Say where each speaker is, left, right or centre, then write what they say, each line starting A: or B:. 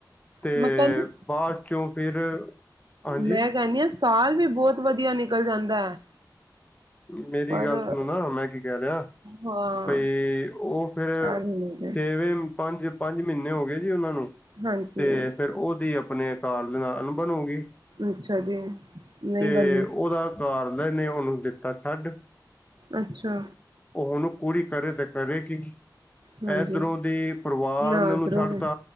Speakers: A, on the left; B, on the right.
A: ਅਤੇ
B: ਮੈਂ ਕਹਿੰਦੀ
A: ਬਾਦ 'ਚੋਂ ਫਿਰ ਹਾਂਜੀ
B: ਮੈਂ ਕਹਿੰਦੀ ਹਾਂ ਸਾਲ ਵੀ ਬੋਤ ਵਧੀਆ ਨਿਕਲ ਜਾਂਦਾ ਹੈ।
A: ਮੇਰੀ
B: ਪਰ
A: ਗੱਲ ਸੁਣੋ ਨਾ ਮੈਂ ਕੀ ਕੈ ਰਿਹਾ
B: ਹਾਂ
A: ਬਈ ਉਹ ਫੇਰ
B: ਚਾਰ ਮਹੀਨੇ ਦੇ
A: ਛੇਵੇਂ ਪੰਜ-ਪੰਜ ਮਹੀਨੇ ਹੋ ਗਏ ਜੀ ਉਹਨਾਂ ਨੂੰ
B: ਹਾਂਜੀ
A: ਤੇ ਫੇਰ ਉਹਦੀ ਆਪਣੇ ਕਾਰ ਦੇ ਨਾਲ ਅਨ ਬਣ ਹੋਗੀ
B: ਅੱਛਾ ਜੀ ਨਹੀਂ
A: ਤੇ
B: ਬਣੀ
A: ਉਹਦਾ ਘਰਅਲੇ ਨੇ ਉਹਨੂੰ ਦਿੱਤਾ ਛੱਡ
B: ਅੱਛਾ
A: ਉਹ ਹੁਣ ਕੁੜੀ ਕਰੇ ਤੇ ਕਰੇ ਕੀ
B: ਹਾਂਜੀ
A: ਇਧਰੋਂ ਦੀ ਪਰਿਵਾਰ
B: ਨਾ
A: ਨੇ
B: ਇਧਰੋਂ
A: ਉਹਨੂੰ ਛੱਡਤਾ
B: ਵੀ